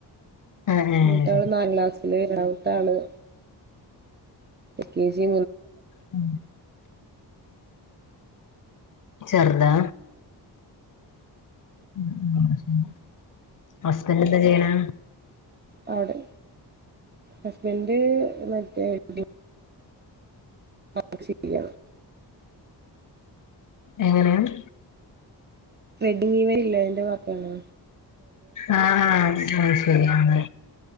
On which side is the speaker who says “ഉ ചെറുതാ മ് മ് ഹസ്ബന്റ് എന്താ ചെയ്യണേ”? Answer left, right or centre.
Left